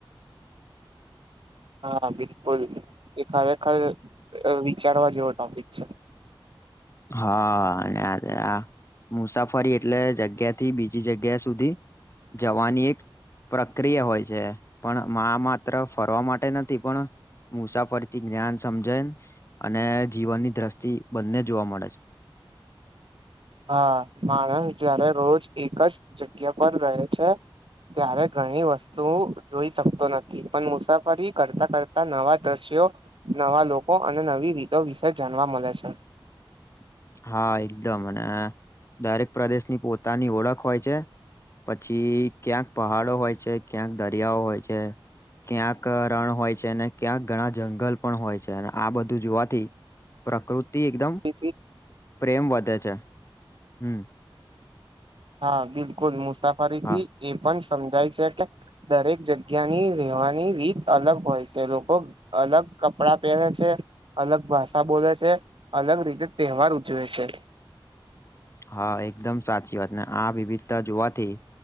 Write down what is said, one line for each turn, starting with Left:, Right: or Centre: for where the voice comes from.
Right: હા, બિલકુલ, એ ખરેખર વિચારવા જેવો ટોપિક છે.
Left: હા, હ. મુસાફરી એટલે, જગ્યાથી બીજી જગ્યા સુધી જવાની એક પ્રક્રિયા હોય છે, પણ માત્ર ફરવા માટે નથી, પણ મુસાફરીથી જ્ઞાન સમજાય, અને જીવનની દ્રષ્ટિ બંને જોવા મળે છે.
Right: હા, માણસ જયારે રોજ એક જ જગ્યા પર રહે છે. ત્યારે ઘણી વસ્તુ જોઈ શકતો નથી, પણ મુસાફરી કરતા કરતા નવા દ્રશ્યો નવા લોકો અને નવી રીતો વિશે જાણવા મળે છે.
Left: <unintelligible> હા, એકદમ અને દરેક પ્રદેશની પોતાની ઓળખ હોય છે. પછી ક્યાંક પહાડો હોય છે, ક્યાંક દરિયાઓ હોય છે. ક્યાંક રણ હોય છે, અને ક્યાંક ઘણા જંગલ પણ હોય છે, અને આ બધું જોવાથી પ્રકૃતિ એકદમ
Right: છે
Left: પ્રેમ વધે છે, હમ.
Right: હા, બિલકુલ, મુસાફરી
Left: હા
Right: થી એ પણ સમજાય છે કે દરેક જગ્યાની રહેેવાની રીત અલગ હોય છે, લોકો અલગ કપડા પહેરે છે. અલગ ભાષા બોલે છે, અલગ રીતે તહેવાર ઉજવે છે.
Left: હા, એકદમ સાચી વાત ને, આ વિવિધતા જોવાથી